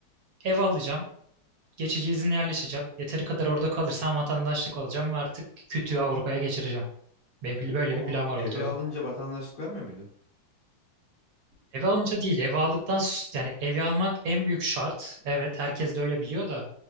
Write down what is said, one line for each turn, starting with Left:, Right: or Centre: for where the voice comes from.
Right: ev alacağım. Geçici izinle yerleşeceğim. Yeteri kadar orada kalırsam vatandaşlık alacağım ve artık kütüğü Avrupa'ya geçireceğim. Benim pil- böyle
Left: O
Right: bir plan var ortada.
Left: evi alınca vatandaşlık vermiyor muydu?
Right: Evi alınca değil, evi aldıktan s- yani evi almak en büyük şart. Evet, herkes de öyle biliyor da